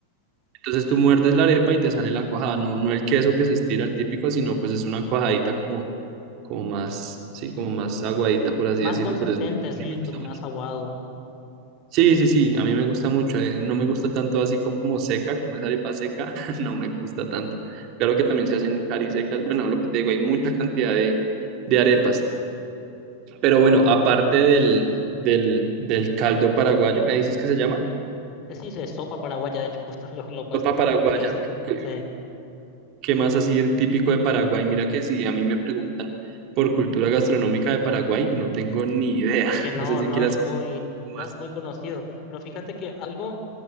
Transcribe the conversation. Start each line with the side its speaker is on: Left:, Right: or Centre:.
Right: Entonces tú muerdes la arepa y te sale la cuajada, no, no el queso que se estira el típico, sino pues es una cuajadita como, como más, sí, como más aguadita, por así
Left: Más
Right: decirlo,
Left: consistente,
Right: pero es, muy- a
Left: así,
Right: mí me gusta
Left: con más
Right: mucho.
Left: aguado.
Right: Sí, sí, sí, a mí me gusta mucho, eh, no me gusta tanto así como seca, como esa arepa seca, <laughs> no me gusta tanto. Claro que también se hacen carisecas, bueno, lo que te digo, hay mucha cantidad de, de arepas. Pero bueno,
Left: Pues,
Right: aparte del, del, del caldo paraguayo, me dices que se llama.
Left: eh, sí, se sopa paraguaya, de hecho, <laughs> justo lo, lo opuesto,
Right: Sopa paraguaya.
Left: porque es,
Right: ¿Qué
Left: sí.
Right: qué más así típico de Paraguay? Mira que si a mí me preguntan por cultura gastronómica de Paraguay, no tengo ni idea.
Left: Es que
Right: <laughs>
Left: no,
Right: No sé si
Left: no
Right: quieras
Left: es muy,
Right: un poco más.
Left: no es muy conocido. Pero fíjate que algo,